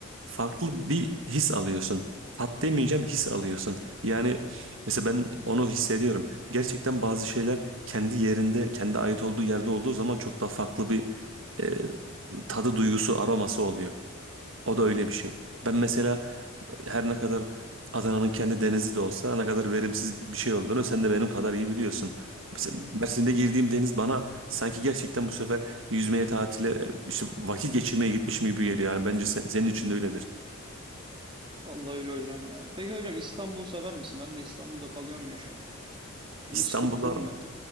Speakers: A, on the right (about 65°); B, on the right (about 25°).
A: farklı bir his alıyorsun. Tat demeyeceğim his alıyorsun. Yani mesela ben onu hissediyorum. Gerçekten bazı şeyler kendi yerinde, kendi ait olduğu yerde olduğu zaman çok daha farklı bir e, tadı duygusu aroması oluyor. O da öyle bir şey. Ben mesela her ne kadar Adana'nın kendi denizi de olsa ne kadar verimsiz bir şey olduğunu sen de benim kadar iyi biliyorsun. Mesela
B: Hı hı.
A: Mersin'de girdiğim deniz bana sanki gerçekten bu sefer yüzmeye, tatile, e, işte vakit geçirmeye gitmişim gibi geliyor. Yani bence sen- senin için de öyledir.
B: Vallahi öyle hocam ya. Peki hocam İstanbul'u sever misin? Ben de İstanbul'da kalıyorum ya şu an. Hani
A: İstanbul'a
B: hiç gittin mi?